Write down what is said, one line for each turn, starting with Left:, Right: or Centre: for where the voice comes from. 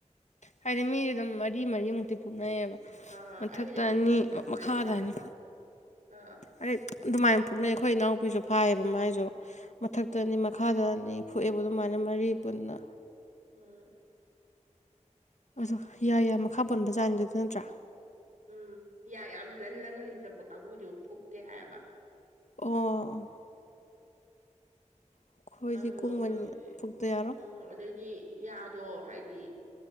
Left: ꯍꯥꯏꯗꯤ ꯃꯤꯁꯦ ꯑꯗꯨꯝ ꯃꯔꯤ ꯃꯔꯤꯃꯨꯛꯇꯤ ꯐꯨꯅꯩꯌꯦꯕ
Right: ꯑꯥ
Left: ꯃꯊꯛꯇ
Right: ꯑꯩꯒꯤꯗꯤ ꯑꯍꯨꯝꯃꯨꯛꯅ
Left: ꯑꯅꯤ
Right: ꯑꯗꯨꯃꯥꯏꯅ
Left: ꯃꯈꯥꯗ
Right: ꯌꯥꯗꯧ
Left: ꯑꯅꯤ
Right: ꯃꯥꯜꯂꯦ ꯑꯥ
Left: ꯑꯩ ꯑꯗꯨꯃꯥꯏ ꯐꯨꯛꯅꯩ ꯑꯩꯈꯣꯏ ꯏꯅꯥꯎꯄꯤꯁꯨ ꯐꯥꯏꯌꯦꯕ ꯃꯥꯏꯁꯨ ꯃꯊꯛꯇ ꯑꯅꯤ ꯃꯈꯥꯗ ꯑꯅꯤ ꯐꯨꯛꯑꯦꯕ ꯑꯗꯨꯃꯥꯏꯅ ꯃꯔꯤ ꯄꯨꯟꯅ
Right: ꯎꯝ
Left: ꯑꯗꯣ ꯌꯥ ꯌꯥ ꯃꯈꯥ ꯄꯣꯟ ꯖꯥꯥꯟꯗꯨꯗꯤ ꯅꯠꯇ꯭ꯔꯥ
Right: ꯎꯝ ꯌꯥ ꯌꯥꯝ ꯂꯜꯂꯒ ꯂꯩꯖꯕ ꯀꯥꯡꯕꯨꯗꯤ ꯃꯨꯛ ꯐꯨꯛꯇꯦ ꯍꯥꯏꯕ
Left: ꯑꯣ ꯑꯩꯈꯣꯏꯗꯤ
Right: ꯑꯗꯣ
Left: ꯀꯨꯡꯕꯅꯤꯅ
Right: ꯑꯩꯈꯣꯏꯒꯤꯗꯤ
Left: ꯐꯨꯛꯇ ꯌꯥꯔꯣꯏ
Right: ꯎꯝ ꯑꯗꯩꯗꯤ ꯌꯥꯗꯣ ꯍꯥꯏꯗꯤ